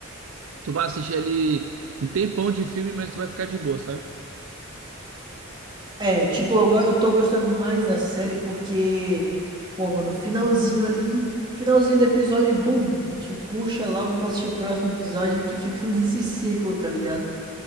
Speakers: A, on the right; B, on the right.
A: tu vai assistir ali um tempão de filme, mas tu vai ficar de boa, sabe?
B: É, tipo, eu, go- eu tô gostando mais da série porque, pô, mano, finalzinho ali, finalzinho do episódio, bum, te puxa logo pra assistir o próximo episódio e tu fica <laughs> nesse ciclo, tá ligado?